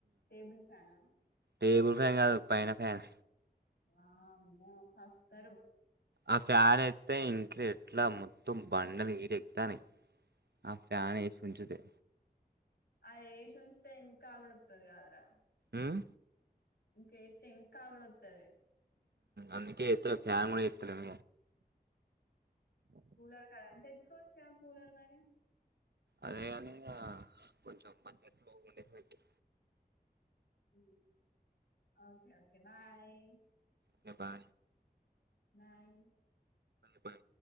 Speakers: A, on the left; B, on the right.
A: టేబుల్ ఫ్యానా
B: టేబుల్ ఫ్యాన్ కాదు పైన ఫ్యాన్
A: వామ్మో సస్తారు
B: ఆ ఫ్యాన్ అయితే ఇంట్లో ఎట్లా మొత్తం బండలు హీటెక్కుతునై ఆ ఫ్యానేసిపెంచుతే
A: అది ఏషించితే ఇంకాగడోతది గదరా
B: హమ్
A: ఇంక అయతే ఇంకా ఉడుకుఅయితది
B: అందుకే ఏతులే ఫ్యాన్ కూడా ఎత్తలేం
A: కూలర్ కద అని తెచ్చుకోవచ్చా కూలర్ మరి
B: అదేగాని కొంచెం బడ్జెట్లోలో ఉండేదికి
A: హ్మ్ ఒకే ఒకే బాయ్
B: కె బా
A: బాయ్
B: పోయి